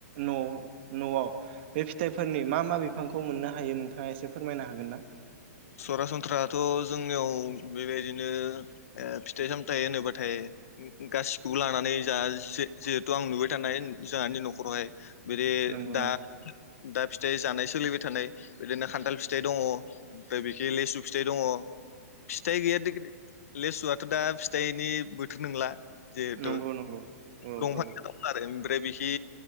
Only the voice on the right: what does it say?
न' न'आव बे फिथाइफोरनि
मा मा बिफ बिफांखौ मोननो हायो नोंथाङा एसे फोरमायनो हागोन ना?
नंगौ
नंगौ
नंगौ नंगौ औ
औ